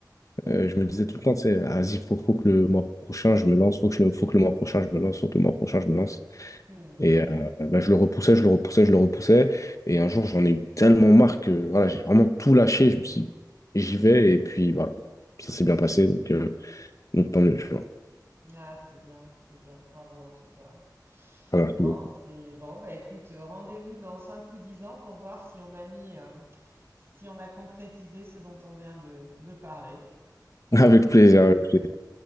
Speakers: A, on the left; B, on the right.
A: euh, je me disais tout le temps, c'est, vas-y, faut, faut que le mois prochain, je me lance, faut que, je- faut que le mois prochain, je me lance, faut que le mois prochain, je me lance.
B: Hmm.
A: Et euh, bah, je le repoussais, je le repoussais, je le repoussais. Et un jour, j'en ai eu tellement marre que voilà, j'ai vraiment tout lâché. Je me suis dit, j'y vais. Et puis voilà, ça s'est bien passé. Donc, euh, donc tant mieux, tu vois.
B: Ah, c'est bien, c'est bien. Bravo en tout cas.
A: Ça marche
B: Non,
A: beaucoup.
B: c'est bon, bah écoute, euh, rendez-vous dans 5 ou 10 ans pour voir si on a mis, euh, si on a concrétisé ce dont on vient de, de parler.
A: <laughs> Avec plaisir, avec plaisir.